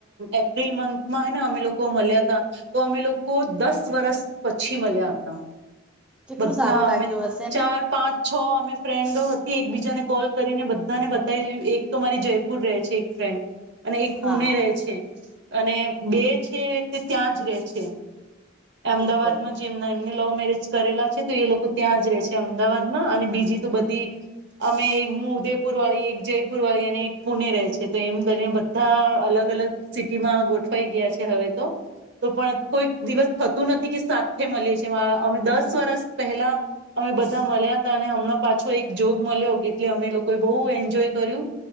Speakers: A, on the right; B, in the centre.
A: એપ્રિલ મંથમાં હે ને અમે લોકો મળ્યા હતા તો અમે લોકો દસ વર્ષ પછી મલયા હતા.
B: કેટલું
A: બધા
B: સારું લાગ્યું
A: અમે
B: હશે
A: ચાર
B: ને
A: પાંચ છ અમે ફ્રેન્ડો હ એકબીજાને કોલ કરીને બધાને બતાવી એક તો મારી જયપુર રહે છે એક ફ્રેન્ડ અને એક
B: હા
A: પુણે રહે છે અને બે છે તે ત્યાં જ રે છે. અમદાવાદમાં
B: બિલકુલ
A: જેમના એમની લવ મેરેજ કરેલા છે તો એ લોકો ત્યાં જ રહે છે અમદાવાદમાં અને બીજી તો બધી અમે હું ઉદયપુર વાળી એક જયપુર વાળી અને એક પુણે રેય છે તો એમ કરીને બધા અલગ-અલગ સિટીમાં ગોઠવાઈ ગયા છે હવે તો તો પણ કોઈક દિવસ થતું નથી કે સાત થે મલીએ છીએ મા અમે દસ વર્ષ પહેલા અમે બધા મલયા અને હમણાં પાછો એક જોગ મળ્યો એટલે અમે લોકોએ બહુ એન્જોય કર્યું